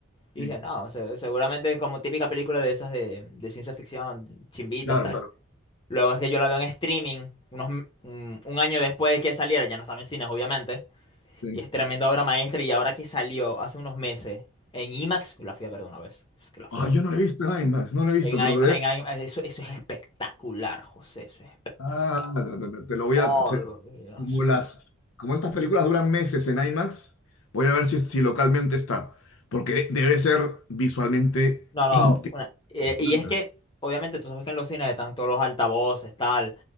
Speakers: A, on the left; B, on the left.
A: Y
B: sí,
A: dije, no, se- seguramente es como típica película de esas de, de ciencia ficción, chimbitas,
B: claro,
A: tal.
B: claro.
A: Luego es que yo la veo en streaming, unos, m- un, un año después de que saliera, ya no estaba en cines, obviamente.
B: sí.
A: Y es tremenda obra maestra. Y ahora que salió hace unos meses en IMAX, la fui a ver de una vez. Es que la fui
B: Ah,
A: a
B: yo
A: ver.
B: no lo he visto en IMAX, no lo he visto,
A: En
B: pero
A: IMAX,
B: de-
A: en IMAX, eso, eso es espectacular, José. Eso es espectacular.
B: Ah, te, te- te- lo voy
A: Madre
B: a... te-
A: mía.
B: como
A: eso
B: las, como estas películas duran meses en IMAX, voy a ver si, si localmente está. Porque de- debe ser visualmente
A: No, no.
B: impresionante.
A: una- eh, y es que, obviamente, tú sabes que en los cines están todos los altavoces, tal.